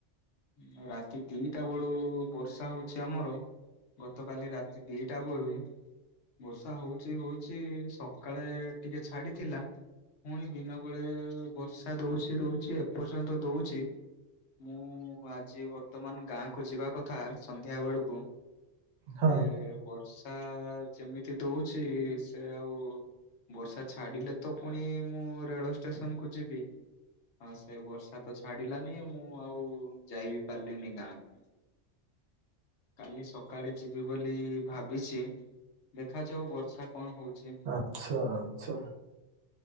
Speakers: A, on the left (about 70°); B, on the right (about 70°).
A: ହୁଁ ରାତି ଦି ଟା ବେଳୁ ବର୍ଷା ହଉଛି ଆମର। ଗତକାଲି ରାତି ଦି ଟା ବେଳୁ ବର୍ଷା ହଉଛି ହଉଛି ସକାଳେ ଟିକେ ଛାଡିଥିଲା ପୁଣି ଦିନ ବେଳେ ବର୍ଷା ଦଉଛି ଦଉଛି ଏ ପର୍ଯ୍ୟନ୍ତ ଦଉଛି ମୁଁ ଆଜି ବର୍ତ୍ତମାନ ଗାଁ କୁ ଯିବା କଥା ସନ୍ଧ୍ୟା ବେଳକୁ
B: ହଁ
A: ଏ ବର୍ଷା ଯେମିତି ଦଉଛି ସେ ଆଉ ବର୍ଷା ଛାଡିଲେ ତ ପୁଣି ମୁଁ ରେଳ ଷ୍ଟେସନକୁୁ ଯିବି। ହଁ ସେ ବର୍ଷା ତ ଛାଡିଲାନି। ମୁଁ ଆଉ ଯାଇ ବିି ପାରିଲିନି ଗାଁକୁ। କାଲି ସକାଳେ ଯିବି ବୋଲି ଭାବିଚି। ଦେଖାଯାଉ ବର୍ଷା କଣ ହଉଚି।
B: ଆଚ୍ଛା ଆଚ୍ଛା।